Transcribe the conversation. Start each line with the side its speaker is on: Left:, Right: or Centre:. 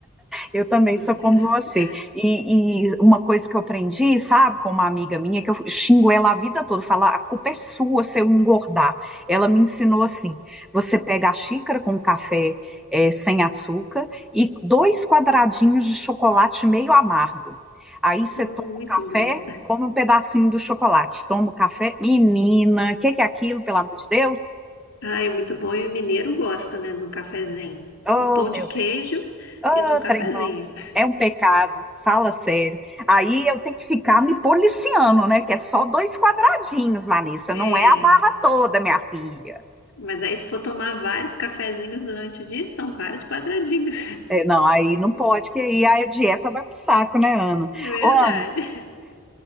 Centre: Eu também
Left: Sem
Centre: sou como
Left: açúcar.
Centre: você. E, e uma coisa que eu aprendi, sabe, com uma amiga minha, que eu xingo ela a vida toda, falar, a culpa é sua se eu engordar. Ela me ensinou assim: você pega a xícara com café eh, sem açúcar e dois quadradinhos de chocolate meio amargo. Aí você
Left: Hum,
Centre: toma o
Left: muito
Centre: café,
Left: bom.
Centre: come um pedacinho do chocolate, toma o café. Menina, o que que é aquilo, pelo amor de Deus?
Left: Ah, é muito bom e o mineiro gosta, né, de um cafezinho.
Centre: Oh,
Left: No pão de
Centre: meu
Left: queijo
Centre: Deus. Ah,
Left: e de um cafezinho.
Centre: trem bom, é um pecado, fala sério. Aí eu tenho que ficar me policiando, né? Que é só dois quadradinhos, Vanessa,
Left: É,
Centre: não é a barra toda, minha filha.
Left: mas aí se for tomar vários cafezinhos durante o dia, são vários quadradinhos.
Centre: É, não, aí não pode, que aí a dieta vai pro saco, né, Ana?
Left: Verdade.
Centre: Ô, Ana,